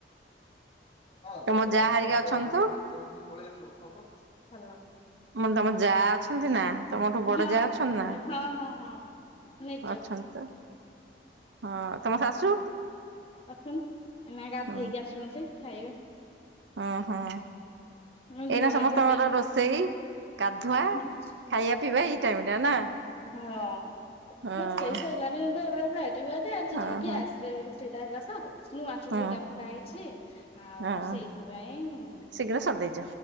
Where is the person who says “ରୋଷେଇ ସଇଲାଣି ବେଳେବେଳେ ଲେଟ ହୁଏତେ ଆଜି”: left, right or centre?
Left